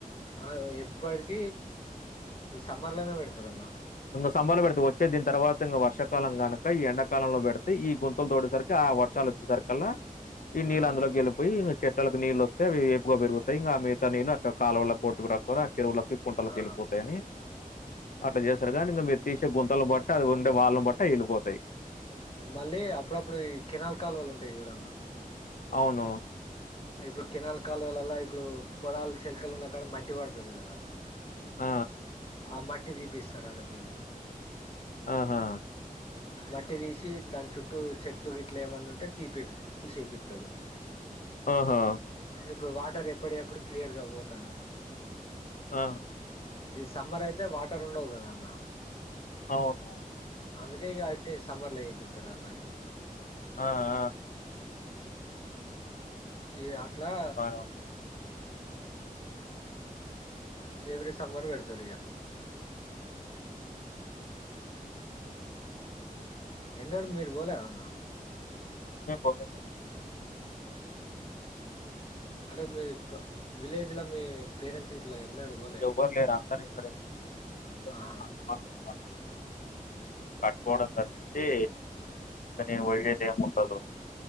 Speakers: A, on the left; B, on the left.
A: ఆ ఇప్పటిక ఈ సమ్మర్ లోనే పెడతారు అన్న
B: సంబర్ పెడితే వచ్చే దీని తర్వాత ఇంకా వర్షకాలం కనక ఈ ఎండాకాలంలో పెడితే ఈ గుంతలు తోడేసరికి వర్షాలు వచ్చే సరికల్ ఈ నీళ్ళ
A: ఆ
B: అందులోకి వెళ్ళిపోయి చెట్లకు నీళ్ వస్తే అవి వేపుగా పెరుగుతాయి ఇంక మిగతా నీళ్ కాల వల్ళ పోటుకు రాక చెరువులకి కుంటలకు
A: ఆ
B: వెళ్ళిపోతాయని అట్ చేస్ గా ఇంక మెత్త తీసే గుంతలు బట్ట అది ఉండే వాళ్ళను బట్ట వెళ్ళిపోతయి.
A: మళ్ళీ అప్పుడప్పుడు ఈ కినాల్ కాలు వలు ఉంటాయి చూడన్న
B: అవును
A: ఇప్పుడు కెనాల్ కాలు వలల్ల ఇప్పుడు పొలాలు చెల్కలు ఉన్న కాడ మట్టి పడుతది కదా
B: ఆ
A: ఆ మట్టి తీపిస్తరు అల్లకేలి
B: ఆహా
A: మట్టి తీసి దాని చుట్టూ చెట్లు గ ఇట్లా ఏమన్నా ఉంటే తీపే తీసేపిద్
B: ఆహా!
A: ఇప్పుడు వాటి అంటారు ఎప్పుడ ఎప్పుడు క్లియర్ గా పోతానుకు
B: ఆ
A: ఈ సమ్మర్ అయితే వాటర్ ఉండవు కద అన్న
B: అవును
A: అందుకే ఇక అయితే సమ్మర్ ల చేపిత్తరా మరి
B: ఆ ఆ
A: ఈ అట్లా
B: బానే ఉంటది.
A: ఎవ్రీ సమ్మర్ పెడుతర్ ఇగా ఎన్నడు మీరు బోలేన్నా
B: ఎ పోలే
A: అంటే మీ విలేజ్ మీ పేరెంట్స్ గిట్లా ఎన్నడు పోలే
B: ఎవ్వరు లేరు అందరూ ఇక్కడే ఇంట్లో
A: ఆ
B: మా అత్తమామ కట్టుకోవడం తప్పించి కానీ వెళ్ళేది ఏముండదు